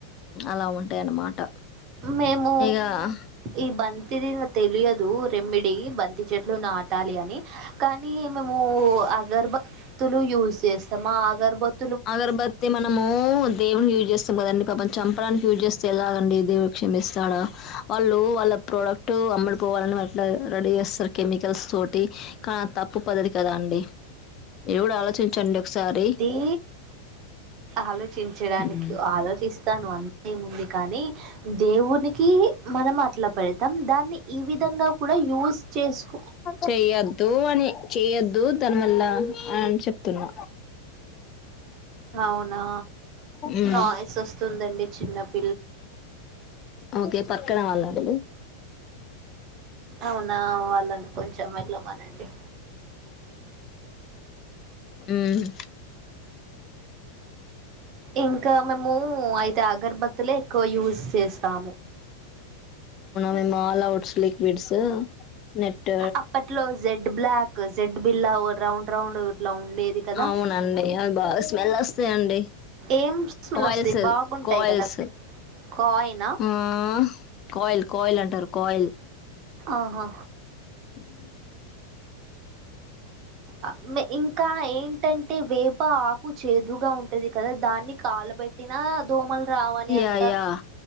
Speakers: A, on the left; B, on the right.
A: అలా ఉంటాయి అన్నమాట
B: మేము
A: ఇక
B: ఈ బం తెలీదు నాకు తెలియదు రెమెడీ బంతి చెట్లు నాటాలి అని కానీ మేము అగర్బత్తులు యూజ్ చేస్తాం ఆ అగర్బత్
A: అగరబత్తి మనము దేవుడిని యూజ్ చేస్తాం కదండి పాపం చంపడానికి యూజ్ చేస్తే ఎలాగండి దేవుడు క్షమిస్తాడా వాళ్ళు వాళ్ళ ప్రోడక్ట్ అమ్మడిపో వాళ్లను అట్ల రెడీ చేస్తారు కెమికల్స్ తోటి కానీ ఆది తప్పు పద్దతీ కదా అండి మీరు గూడా ఆలోచించండి ఒకసారి
B: ఈ ఆలోచించడానికి
A: ఉమ్.
B: ఆలోచిస్తాను అంతేముంది కానీ దేవునికి మనం అట్లా పెడతాం దాన్ని ఈ విధంగా కూడా యూస్ చేసుకొని
A: చెయ్యొద్దు అని చెయ్యొద్దు దానివల్ల అం చెప్తున్నా
B: అవునా
A: మ్మ్
B: నాయిస్ వస్తుందండి చిన్నప్పు
A: ఓకే పక్కన వాళ్లండి
B: అవునా వాళ్ళని కొంచెం వెళ్ళమనండి
A: మ్
B: ఇంకా మేము అయితే అగర్బత్తులే ఎక్కువ యూస్ చేస్తాము
A: మేం ఆల్ అఔట్స్ లిక్విడ్స్ నెట్
B: అప్పట్లో జెడ్ బ్లాక్ జెడ్ బిల్లా రౌండ్ రౌండ్ ఇట్లా ఉండేది కదా
A: అవునండి అ బా స్మెల్ ఓస్ సే అండి
B: ఏం స్మెల్
A: కాయిల్
B: వస్తాయి
A: సెల్
B: బాగుంటాయి
A: కాయిల్స్
B: కదా కాయినా
A: ఆ కోయిల్ కోయిల్ అంటారు కోయిల్
B: ఆహా
A: మ్
B: ఆ మే ఇంకా ఏంటంటే వేప ఆకు చేదుగా ఉంటది కదా దాన్ని కాలో పెట్టినా దోమలు రావని
A: యా
B: అంటారు
A: యా